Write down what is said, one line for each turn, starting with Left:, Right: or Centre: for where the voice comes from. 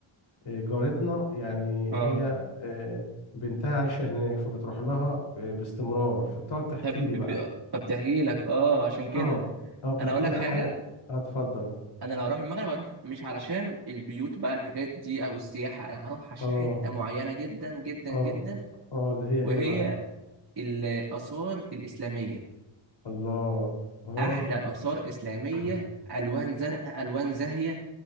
Left: آه، جارتنا يعني
Right: اه
Left: هي آه، بنتها عايشه هناك فبتروح لها آه، باستمرار فبتقعد تحكي
Right: فب-
Left: لي
Right: ب-
Left: بقى
Right: فبتحكي لك اه عشان
Left: اه
Right: كده
Left: اه بتحكي
Right: انا اقول لك
Left: لي
Right: حاجة
Left: حاجه اه اتفضل
Right: انا لو اروح المغرب اروح مش علشان البيوت بقى الحاجات دي او السياحة انا هروح عشان
Left: اه
Right: حتة معينة جدا جدا
Left: اه
Right: جدا
Left: اه اللي هي
Right: وهي
Left: ايه بقى
Right: الآثار الإسلامية
Left: الله اه
Right: احلى آثار إسلامية
Left: <clears throat>
Right: الوان زرقاء الوان زاهية